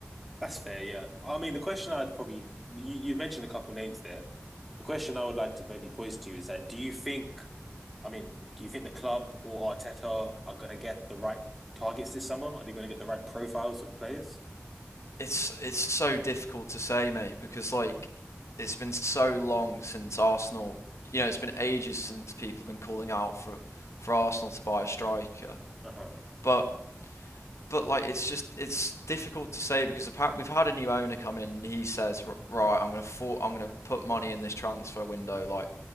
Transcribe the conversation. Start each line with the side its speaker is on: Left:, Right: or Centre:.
Centre: That's fair, yeah. I mean, the question I'd probably. You, you mentioned a couple names there. The question I would like to maybe pose to you is that do you think. I mean, do you think the club or Arteta are going to get the right targets this summer? Are they going to get the right profiles of players?
Left: it's it's so difficult to say, mate, because like it's been so long since Arsenal. You know, it's been ages since people have been calling out for for Arsenal to buy a striker.
Centre: Uh huh.
Left: But but like it's just it's difficult to say because apparently we've had a new owner come in. And he says, right, I'm gonna for, I'm gonna put money in this transfer window. Like